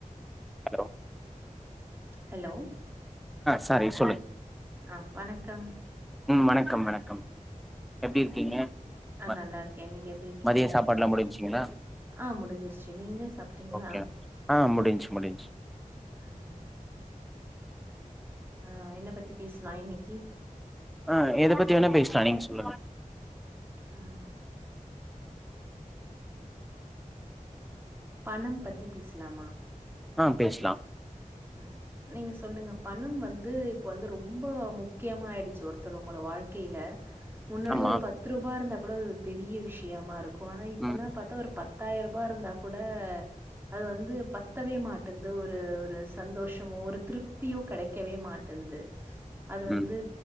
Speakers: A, in the centre; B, on the right.
A: ஹலோ
B: ஹலோ
A: சரி சொல்லு
B: ஆஹ் வணக்கம்
A: உம் வணக்கம் வணக்கம் எப்டி இருக்கீங்க
B: ஆஹ்
A: ம
B: நல்லா இருக்கேன் நீங்க எப்டி இருக்கீங்க
A: மதிய சாப்பாடுலா முடிஞ்சுங்களா
B: ஆஹ் முடிஞ்சிருச்சு நீங்க சாப்பிட்டீங்களா
A: ஓகே ஆ முடிஞ்சு முடிஞ்சு
B: உம் அஹ் என்ன பத்தி பேசலாம் இன்னக்கி
A: ஆஹ் எத பத்தி வேனா பேசலாம் நீங்க சொல்லுங்க
B: ஆஹ் பணம் பத்தி பேசலாமா
A: ஆஹ் பேசலாம்
B: உம் நீங்க சொல்லுங்க பணம் வந்து இப்ப வந்து ரொம்ப முக்கியமா ஆயிடுச்சு ஒருத்தர் உங்கள வாழ்க் கீழ முன்னாடி
A: ஆமா
B: ஒரு பத்து ரூபாய இருந்தா கூட பெரிய விஷயமா இருக்கு ஆனா இப்ப
A: ம்
B: எல்லாம் பாத்தா ஒரு பத்தாயிரம் ரூபாய இருந்தா கூட அது வந்து பத்தவே மாட்டேந்து ஒரு ஒரு சந்தோஷமோ ஒரு திருப்தியோ கெடைக்கவே மாட்டேங்கிது அது வந்து
A: ம்